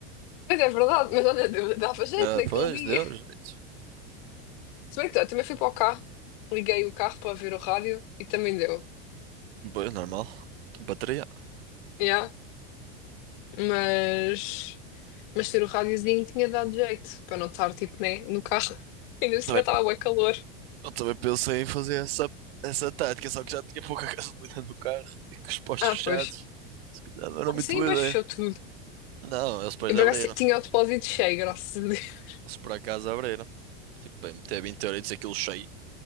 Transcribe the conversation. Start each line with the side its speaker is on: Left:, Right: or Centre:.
Left: Mas é verdade, mas olha, deu- dava jeito
Right: Ah,
Left: naquele
Right: pois,
Left: dia.
Right: deu jeito.
Left: Se bem que eu também fui para o carro, liguei o carro para ver o rádio e também deu.
Right: Pois, normal. Bateria.
Left: Yeah. Mas. Mas ter o rádiozinho tinha dado jeito, para não estar, tipo, né, no carro. <laughs> Ainda por cima
Right: Também-
Left: estava bué calor.
Right: Eu também pensei em fazer essa, essa tática, só que já tinha pouca <laughs> gasolina no carro e com os postos
Left: Ah,
Right: fechados.
Left: pois.
Right: Se calhar não era
Left: Ah,
Right: muito
Left: sim,
Right: boa
Left: mas
Right: ideia.
Left: fechou tudo.
Right: Não, eles depois
Left: Eu,
Right: abriram.
Left: por acaso, tinha o depósito cheio, graças a Deus. <laughs>
Right: Eles por acaso abriram. Tipo, para meter 20 euritos aquilo cheio.